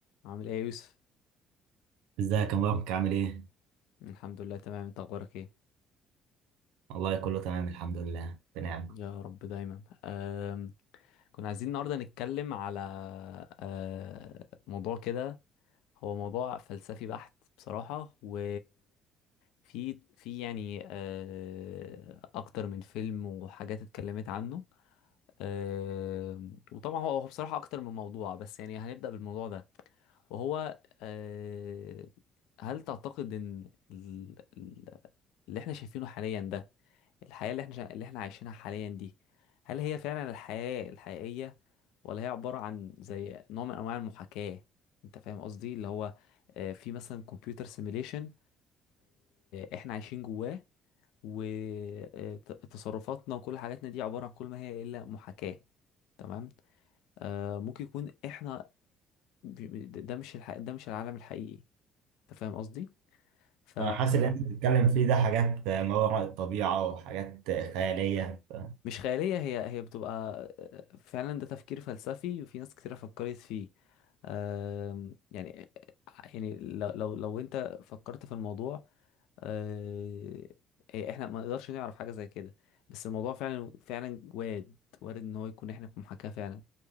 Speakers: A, on the left; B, on the right.
A: عامل ايه يا يوسف
B: ازيك يا مبارك عامل ايه؟
A: الحمد لله تمام انت اخبارك ايه
B: والله كله تمام الحمد لله بنعم
A: يا رب دايما أم... كنا عايزين النهارده نتكلم على أه... موضوع كده هو موضوع فلسفي بحت بصراحة و في في يعني أه... اكتر من فيلم وحاجات اتكلمت عنه آم، وطبعا هو هو بصراحة أكتر من موضوع بس يعني هنبدأ بالموضوع ده وهو آه، هل تعتقد إن ال- ال- اللي إحنا شايفينه حاليا ده الحياة اللي إحنا شا- اللي إحنا عايشينها حاليا دي هل هي فعلا الحياة الحقيقية ولا هي عبارة عن زي نوع من أنواع المحاكاة أنت فاهم قصدي اللي هو آه، في مثلا كمبيوتر سيميليشن إحنا عايشين جواه وتصرفاتنا وكل حاجاتنا دي عبارة عن كل ما هي إلا محاكاة تمام آه ممكن يكون احنا ب- ده ده مش الح... ده مش العالم الحقيقي انت فاهم قصدي فمش
B: انا حاسس اللي انت بتتكلم فيه ده حاجات ما وراء الطبيعة وحاجات خيالية ف- أنا
A: خيالية هي هي بتبقى آه، فعلا ده تفكير فلسفي وفي ناس كتيرة فكرت فيه آم، يعني آه، يعني لو لو لو انت فكرت في الموضوع آه، إيه، احنا ما نقدرش نعرف حاجة زي كده بس الموضوع فعلا فعلا وارد وارد ان هو يكون احنا في محاكاة فعلا